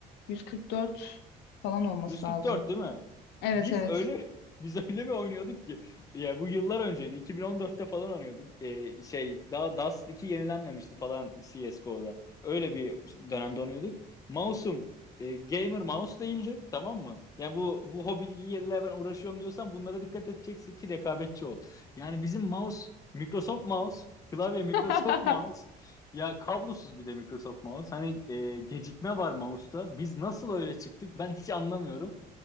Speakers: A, on the left; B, on the left.
A: 144 falan olması
B: 144
A: lazım.
B: değil mi?
A: Evet
B: Biz
A: evet.
B: öyle <laughs> biz öyle mi oynuyorduk ki? Ya bu yıllar önceydi. 2014'te falan oynuyorduk. Ee, şey daha Dust 2 yenilenmemişti falan CS:GO'da. Öyle bir dönemde oynuyorduk. Mouse'um e, gamer mouse değildi, tamam mı? Ya bu bu hobiyle ben uğraşıyorum diyorsan bunlara dikkat edeceksin ki rekabetçi ol. Yani bizim mouse Microsoft mouse, klavye Microsoft
A: <laughs>
B: mouse. Ya kablosuz bir de Microsoft mouse. Hani e, gecikme var mouse'ta. Biz nasıl öyle çıktık ben hiç anlamıyorum.